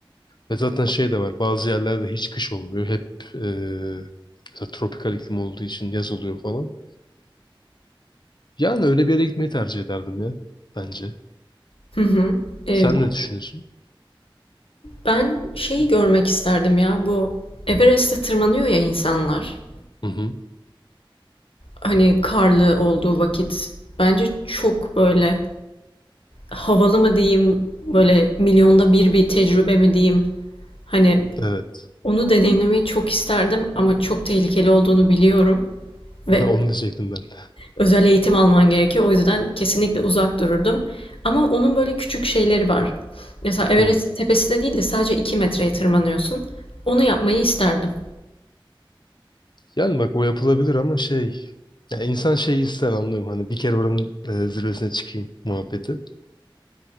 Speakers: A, on the left; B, on the left.
A: Ve zaten şey de var. Bazı yerlerde hiç kış olmuyor. Hep e, mesela tropikal iklim olduğu için yaz oluyor falan. Yani öyle bir yere gitmeyi tercih ederdim ya bence.
B: Hı hı. Ee,
A: Sen ne düşünüyorsun?
B: ben şeyi görmek isterdim ya. Bu Everest'e tırmanıyor ya insanlar.
A: Hı hı.
B: Hani karlı olduğu vakit. Bence çok böyle havalı mı diyeyim, böyle milyonda bir bir tecrübe mi diyeyim. Hani
A: Evet.
B: onu deneyimlemeyi çok isterdim ama çok tehlikeli olduğunu biliyorum. Ve
A: <laughs> Onu diyecektim ben de.
B: özel eğitim alman gerekiyor. O yüzden kesinlikle uzak dururdum. Ama onun böyle küçük şeyleri var. Mesela Everest'in
A: Hmm.
B: tepesine değil de sadece 2 metreye tırmanıyorsun. Onu yapmayı isterdim.
A: Yani bak o yapılabilir ama şey... Ya insan şeyi ister anlıyorum. Hani bir kere oranın e, zirvesine çıkayım muhabbeti.